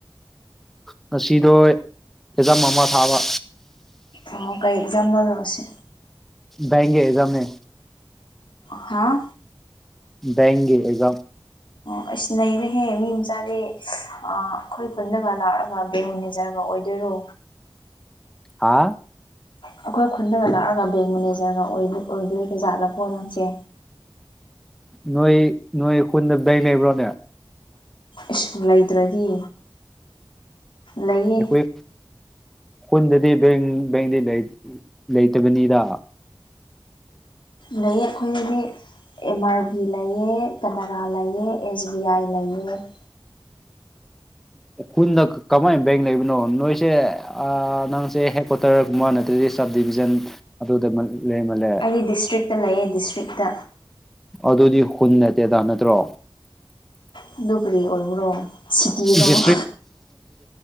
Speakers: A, in the centre; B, on the left.
A: ꯉꯁꯤꯗꯣ ꯑꯦꯛꯖꯥꯝ ꯑꯃ ꯊꯥꯕ
B: ꯑꯣ ꯀꯩ ꯑꯦꯛꯖꯥꯝ ꯅꯣ ꯁꯤ
A: ꯕꯦꯡꯀꯤ ꯑꯦꯛꯖꯥꯝꯅꯤ꯫
B: ꯍꯥꯥ
A: ꯕꯦꯡꯒꯤ ꯑꯦꯛꯖꯥꯝ
B: ꯑꯩꯁ ꯅꯩꯔꯦꯍꯦ ꯃꯤ ꯃꯆꯥꯗꯤ ꯑꯥ ꯑꯈꯣꯏ ꯈꯨꯟꯗꯒ ꯂꯥꯛꯑꯒ ꯕꯦꯡ ꯃꯦꯅꯦꯖꯔꯒ ꯑꯣꯏꯗꯣꯏꯔꯣ?
A: ꯍꯥ
B: ꯑꯩꯈꯣꯏ ꯈꯨꯟꯗꯒ ꯂꯥꯛꯑꯒ ꯕꯦꯡ ꯃꯦꯅꯦꯖꯔꯒ ꯑꯣꯏꯗꯣꯏꯗ ꯖꯥꯠꯂꯀꯣ ꯅꯪꯁꯦ꯫
A: ꯅꯣꯏ ꯅꯣꯏ ꯈꯨꯨꯟꯗꯗ ꯕꯦꯡ ꯂꯩꯕ꯭ꯔꯣꯅꯦ?
B: ꯏꯁ ꯂꯩꯇ꯭ꯔꯗꯤ! ꯂꯩꯌꯦ
A: ꯑꯩꯈꯣꯏ ꯈꯨꯟꯗꯗꯤ ꯕꯦꯡ ꯕꯦꯡꯗꯤ ꯂꯩ ꯂꯩꯇꯕꯅꯤꯗ꯫
B: ꯂꯩꯌꯦ ꯑꯈꯣꯏꯗꯗꯤ ꯑꯦꯝ ꯑꯥꯔ ꯕꯤ ꯂꯩꯌꯦ ꯀꯅꯔꯥ ꯂꯩꯑ ꯑꯦꯁ ꯕꯤ ꯑꯥꯏ ꯂꯩꯌꯦ ꯫
A: ꯈꯨꯟꯗ ꯀꯃꯥꯏ ꯕꯦꯡ ꯂꯩꯕꯅꯣ ꯅꯣꯏꯁꯦ ꯑꯥ ꯅꯪꯁꯦ ꯍꯦꯗ ꯀ꯭ꯋꯥ ꯇꯔ ꯒꯨꯝꯕꯥ ꯅꯠꯇ꯭ꯔꯗꯤ ꯁꯕ ꯗꯤꯕꯤꯖꯟ ꯑꯗꯨꯗ ꯅꯪ ꯂꯩꯃꯥꯜꯂꯦ꯫
B: ꯑꯩ ꯗꯤꯁꯇ꯭ꯔꯤꯛꯇ ꯂꯩꯌꯦ ꯗꯤꯁꯇ꯭ꯔꯤꯛꯇ
A: ꯑꯗꯨꯗꯤ ꯍꯨꯟ ꯅꯠꯇꯦꯗ ꯅꯠꯇ꯭ꯔꯣ <unintelligible>
B: ꯑꯗꯨ ꯀꯔꯤ ꯑꯣꯏꯕ꯭ꯔꯣ ꯁꯤꯇꯤꯔꯣ
A: ꯑꯗꯨꯗꯤ